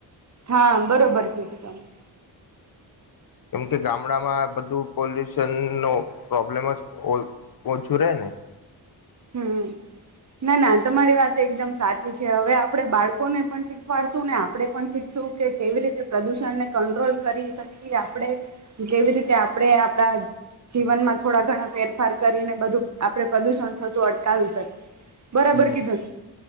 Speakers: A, on the right; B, on the left.
A: હા બરોબર કીધું તમમે.
B: કેમ કે ગામડા માં બધું પોલીસ નો પ્રોબ્લેમ જ ઓ ઓછું રહે ને.
A: હમ્મ ના ના તમારી વાત એકદમ સાચી છે હવે આપડણે બાળકોને પણ શીખવાડશું ને આપણે પણ શીખશું કે કેવી રીતે પ્રદુષણને કંટ્રોલ કરી શકીએ આપણે કેવી રીતે આપણે આપણા જીવનમાં થોડા ઘણા ફેરફાર કરીને બધું આપણે પ્રદુષણ અતું અટકાવાવી શકે.
B: હમ્મ
A: કીધું